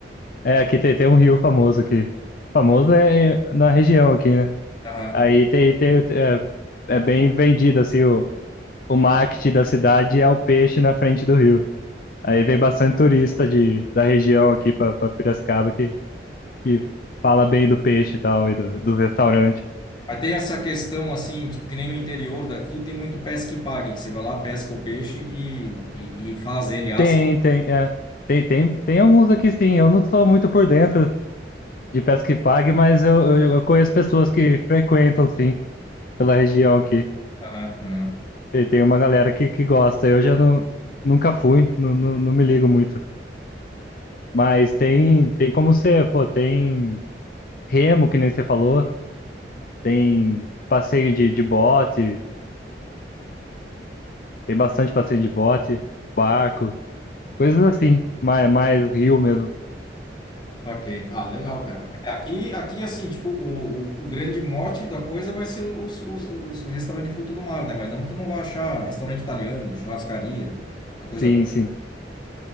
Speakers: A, on the left; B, on the left.
A: É, aqui tem, tem um rio famoso aqui. Famoso é é na região aqui, né?
B: Aham.
A: Aí tem, tem, é, é bem vendido, assim, o, o marketing da cidade é o peixe na frente do rio. Aí vem bastante turista de, da região aqui pra pra Piracicaba que, que fala bem do peixe e tal, e do, do restaurante.
B: Mas tem essa questão assim, tipo, que nem no interior daqui tem muito pesca e pague, que você vai lá, pesca o peixe e, e, e faz ele, assa.
A: Tem, tem, é. Tem, tem, tem alguns aqui sim. Eu não sou muito por dentro de pesca e pague, mas eu, eu, eu conheço pessoas que frequentam, sim, pela região aqui.
B: Aham, aham.
A: Tem, tem uma galera que, que gosta. Eu já não, nunca fui, não, não, não me ligo muito. Mas tem, tem como ser, pô, tem remo, que nem você falou, tem passeio de, de bote, tem bastante passeio de bote, barco, coisas assim, mais, mais rio mesmo.
B: Ok. Ah, legal, cara. É, aqui, aqui, assim, tipo, o, o, o grande mote da coisa vai ser os, os, os restaurantes de fruto do mar, né? Mas não que tu não vai achar restaurante italiano, churrascaria, a coisa
A: Sim,
B: toda.
A: sim.